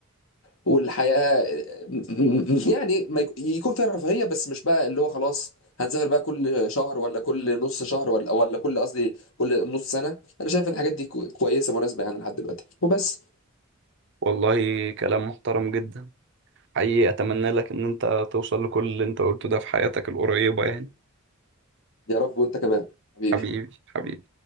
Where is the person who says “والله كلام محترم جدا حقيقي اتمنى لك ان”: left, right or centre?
Right